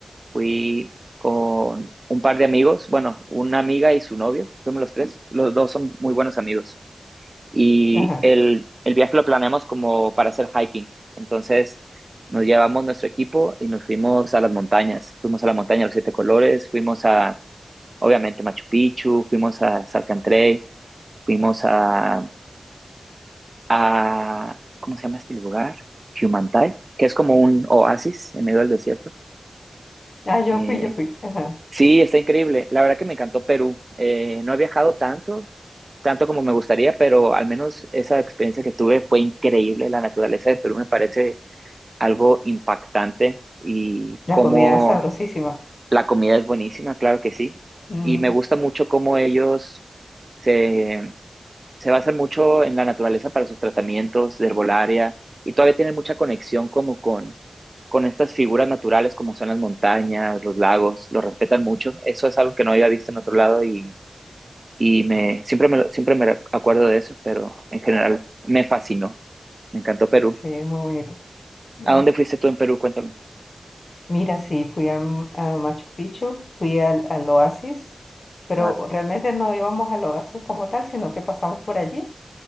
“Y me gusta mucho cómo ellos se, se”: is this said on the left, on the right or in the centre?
Right